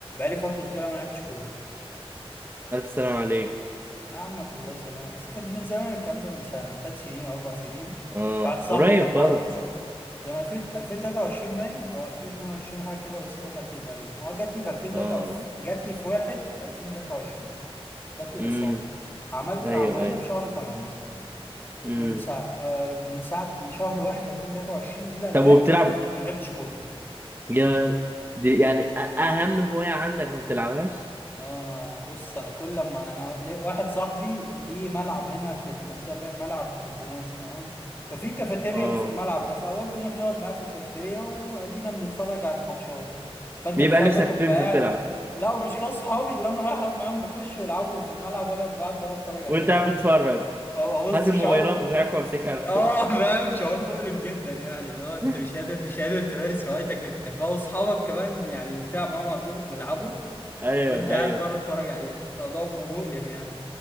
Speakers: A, on the left; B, on the right.
A: لي فتره طويله ما لعبتش كوره
B: الف سلام عليك
A: نعمك الله يسلمك بس كان من زمان الكلام ده من سنه ثلاث سنين او اربع سنين
B: اه
A: بعد صاحبي
B: قريب
A: كان بقى
B: برضه
A: ده من 2000 2023 باين او 2022 حاجه كده الاصابه جات لي تقريبا اه جات لي في 2023
B: اه
A: جات لي في 1 2023 جات لي الاصابه
B: امم
A: عملت
B: ايوه
A: العمليه
B: ايوه
A: في شهر 8
B: امم
A: من ساعه آه، من ساعه من شهر 1 2023 الى الان
B: طب وبتلعب
A: ما لعبتش كوره
B: يا دي يعني أ- اهم هواية عندك ما بتلعبهاش
A: انا بص انا كل لما انا ليه- واحد صاحبي ليه ملعب هنا في المنطقه اللي ملعب خماسي تمام ففي كافيتيريا
B: اه
A: في الملعب ده فاوقات بنروح نقعد معاه في الكافيتيريا وادينا بنتفرج على الماتشات فانت
B: بيبقى
A: تخيل
B: نفسك
A: بقى تبقى
B: تنزل
A: قاعد
B: تلعب
A: لا مش كده صحابي اللي انا رايح اقعد معاهم بخش يلعبوا في الملعب وانا قاعد بره اتفرج عليهم
B: وانت قاعد
A: يا اخي
B: بتتفرج
A: هو بص
B: هات الموبايلات
A: شعور
B: بتاعك وامسكها
A: اه
B: أنا.
A: <laughs> فاهم شعور مؤلم جدا يعني اللي هو انت
B: <laughs>
A: مش قادر مش قادر تمارس هوايتك اللي بتحبها واصحابك كمان يعني اللي بتلعب معاهم على طول بيلعبوا
B: ايوه
A: وانت قاعد
B: ايوه
A: بره اتفرج عليهم الموضوع بيبقى مؤلم يعني